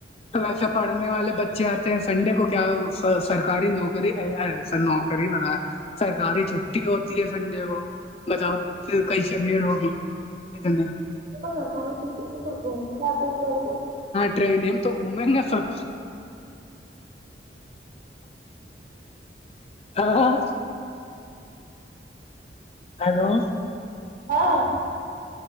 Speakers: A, on the left; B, on the right.
A: تو ویسے پڑھنے والے بچے آتے ہیں سنڈے کو کیا سرکاری نوکری کر ہی پت ہے سرکاری چھٹی ہوتی ہے سنڈے کو بتاؤ پھر کئی سےے بھیڑ ہوگی اتنے
B: کرتا چٹی میں س گوم میں جاتا گ تو
A: ٹرینیں ہم تو گھومیں گے سب ہاں ہیلو
B: ہاں